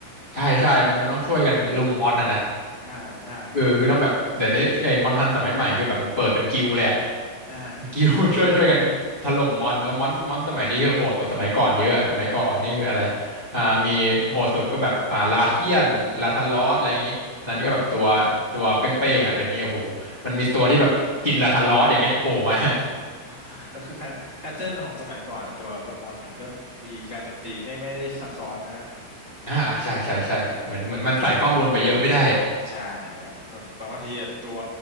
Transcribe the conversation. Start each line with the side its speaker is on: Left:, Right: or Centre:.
Left: ใช่ใช่มันมันต้องช่วยกันลุมมอนนะนะ
Right: ใช่ใช่
Left: เออคือต้องแบบเดี๋ยวนี้ไอ้มอนทันสมัยใหม่คือแบบมันเปิดเป็นกิลด์เลยอะ
Right: ใช่
Left: เป็นกิลด์ <laughs> ช่วยช่วยกันถล่มมอนแล้วมอนมอนสมัยนี้คือโหดกว่าสมัยก่อนเยอะอะสมัยก่อนนี่คืออะไร
Right: ใช่
Left: อ่ามีโหดสุดก็แบบอ่าลาเทียนลาทันลอสอะไรอย่างงี้อันนั้นก็แบบตัว
Right: ใช่ใช่
Left: ตัวเป้งๆละเดี๋ยวนี้โอ้โหมันมีตัวที่แบบกินลาทันลอสอย่างเงี้ยโผล่มา
Right: <laughs> โอ้โหแล้วคือแพทแพทเทิร์นของสมัยก่อนอะตัวตัวมอนมันก็มีการโจมตีไม่ไม่ได้ซับซ้อนนะฮะ
Left: <laughs> อ่าใช่ใช่ใช่เหมือนเหมือนมันใส่ข้อมูลไปเยอะไม่ได้
Right: ใช่ไม่มี ใช่แล้วแล้วบางทีแบบตัว